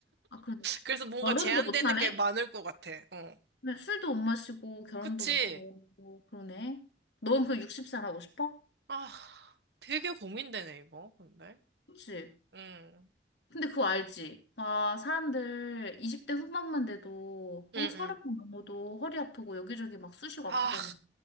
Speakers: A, on the left; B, on the right.
A: 아, 그럼
B: 그래서 뭔가
A: 결혼도
B: 제한되는
A: 못하네?
B: 게 많을 것 같아. 어.
A: 근데 술도 못 마시고 결혼도
B: 그치?
A: 못 하고 그러네. 넌 그 60살 하고 싶어?
B: 아, 되게 고민되네, 이거. 근데.
A: 그치?
B: 응,
A: 근데 그거 알지? 아, 사람들 20대 후반만 돼도 어,
B: 응,
A: 30만
B: 응.
A: 넘어도 허리 아프고 여기저기 막 쑤시고
B: 아,
A: 아프잖아.